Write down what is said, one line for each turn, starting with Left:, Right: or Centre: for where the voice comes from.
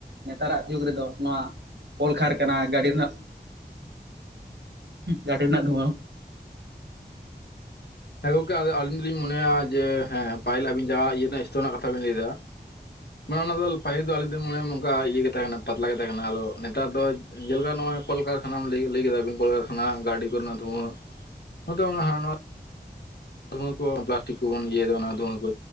Right: ᱱᱮᱛᱟᱨᱟᱜ ᱡᱩᱜᱽ ᱨᱮᱫᱚ ᱱᱚᱣᱟ ᱠᱚᱞᱠᱟᱨᱠᱟᱱᱟ ᱜᱟᱹᱰᱤ ᱨᱮᱱᱟᱜ ᱜᱟᱹᱰᱤ ᱨᱮᱱᱟᱜ ᱫᱷᱩᱣᱟᱹ
Left: ᱦᱮᱸ ᱜᱚᱝᱠᱮ ᱟᱞᱤᱧ ᱫᱚᱞᱤᱧ ᱢᱚᱱᱮᱭᱟ ᱡᱮ ᱦᱮᱸ ᱯᱟᱹᱦᱤᱞ ᱟᱵᱤᱱ ᱡᱟᱦᱟᱸ ᱤᱭᱟᱹ ᱨᱮᱱᱟᱜ ᱥᱛᱚᱨ ᱨᱮᱱᱟᱜ ᱠᱟᱛᱷᱟ ᱵᱤᱱ ᱞᱟᱹᱭᱮᱫᱟ ᱢᱟᱱᱮ ᱚᱱᱟ ᱫᱚ ᱯᱟᱹᱦᱤᱞ ᱫᱚ ᱟᱞᱮ ᱫᱚ ᱢᱚᱱᱮ ᱱᱚᱝᱠᱟ ᱤᱭᱟᱹ ᱠᱟᱛᱷᱟ ᱠᱟᱱᱟ ᱯᱟᱛᱞᱟ ᱠᱟᱛᱷᱟ ᱠᱟᱱᱟ ᱟᱫᱚ ᱱᱮᱛᱟᱨ ᱫᱚ ᱡᱮᱞᱮᱠᱟ ᱱᱚᱜᱚᱭ ᱠᱚᱞᱠᱟᱨᱠᱷᱟᱱᱟᱢ ᱞᱟᱹᱭ ᱠᱮᱫᱟ ᱵᱤᱱ ᱠᱚᱞᱠᱟᱨᱠᱷᱟᱱᱟ ᱜᱟᱹᱰᱤ ᱠᱚ ᱨᱮᱱᱟᱜ ᱫᱷᱩᱣᱟᱹ ᱟᱫᱚ ᱚᱱᱟ ᱦᱚ ᱱᱚᱜᱚᱭ ᱫᱷᱩᱣᱟᱹ ᱠᱚ ᱯᱞᱟᱥᱴᱤᱠ ᱠᱚᱵᱚᱱ ᱤᱭᱟᱹᱭ ᱮᱫᱟ ᱚᱱᱟ ᱫᱷᱩᱣᱟᱹ ᱠᱚ